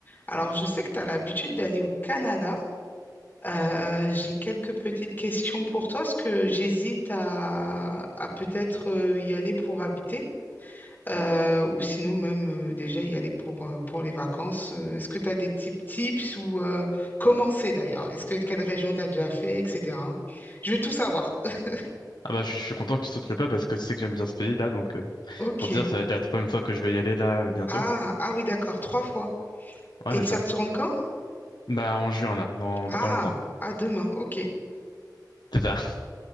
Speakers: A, on the left; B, on the left.
A: Alors, je sais que tu as l'habitude d'aller au Canada. Euh, j'ai quelques petites questions pour toi, parce que j'hésite à, à peut-être euh, y aller pour habiter, euh, ou sinon même euh, déjà y aller pour, euh, pour les vacances. Euh, Est-ce que tu as des types tips ou euh, comment c'est d'ailleurs? Est-ce que quelle région tu as déjà fait, etc. Je veux tout savoir. <laughs>
B: Ah bah je suis je suis content que tu sautes le pas parce que tu sais que j'aime bien ce pays là donc euh,
A: Ok.
B: pour te dire ça va être la troisième fois que je vais y aller là euh, bientôt.
A: Ah, ah oui, d'accord, trois fois. Et
B: Ouais c'est
A: tu
B: ça.
A: y retournes quand?
B: Bah en juin là, dans,
A: Ah,
B: dans pas longtemps.
A: à demain, ok.
B: C'est ça. <laughs>